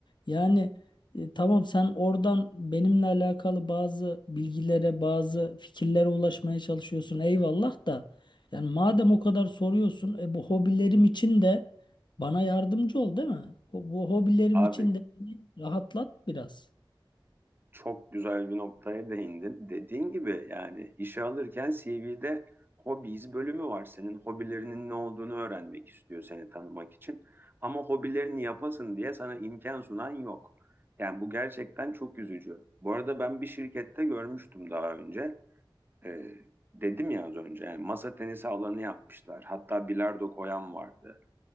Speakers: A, on the left (about 60°); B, on the right (about 25°).
A: Yani e, tamam sen oradan benimle alakalı bazı bilgilere bazı fikirlere ulaşmaya çalışıyorsun eyvallah da yani madem o kadar soruyorsun e, bu hobilerim için de bana yardımcı ol değil mi? Bu, bu hobilerim
B: Abi
A: için de rahatlat biraz.
B: Çok güzel bir noktaya değindin. Dediğin gibi yani işe alırken CV'de hobbies bölümü var. Senin hobilerinin ne olduğunu öğrenmek istiyor seni tanımak için. Ama hobilerini yapasın diye sana imkan sunan yok. Yani bu gerçekten çok üzücü. Bu arada ben bir şirkette görmüştüm daha önce. Ee, dedim ya az önce yani masa tenisi alanı yapmışlar. Hatta bilardo koyan vardı.